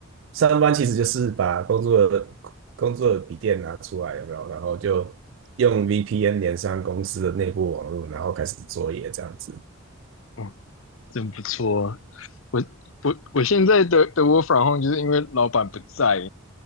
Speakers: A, on the right; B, on the left.
A: 上班其实就是把工作的工作的笔电拿出来，有没有？然后就用 VPN 连上公司的内部网络，然后开始作业这样子。
B: 哦，真不错啊，我我我现在的的 work from home 就是因为老板不在，